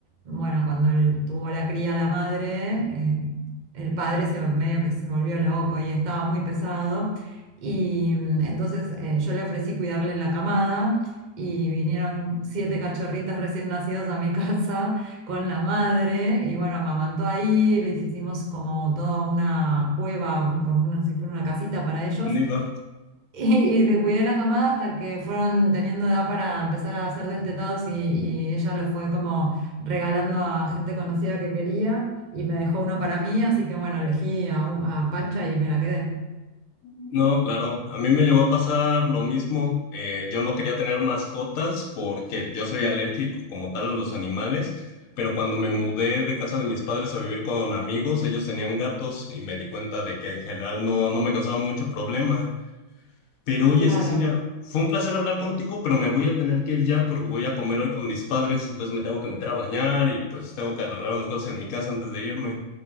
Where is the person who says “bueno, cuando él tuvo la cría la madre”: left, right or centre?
Right